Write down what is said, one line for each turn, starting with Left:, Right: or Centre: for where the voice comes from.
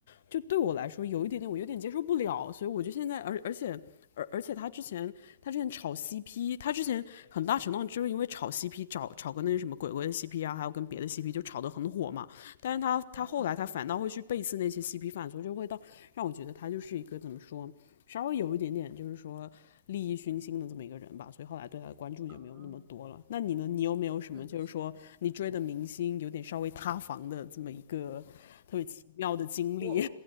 Left: 就对我来说有一点点，我有点接受不了，所以我就现在，而而且而而且他之前他之前炒 CP，他之前很大程度上就是因为炒 CP 炒炒跟那个什么鬼鬼的 CP 啊，还有跟别的 CP 就炒得很火嘛。但是他他后来他反倒会去背刺那些
Right: 哦，
Left: CP 犯，所以就会到让我觉得他就是一个怎么说，稍微有一点点就是说利益熏心的这么一个人吧。所以后来对他的关注就没有那么多了。
Right: 嗯，
Left: 那你呢？你有没有什么就是说你追的明星有点稍微塌房的这么一个特别奇妙的经历？
Right: 是的，是的，是的。我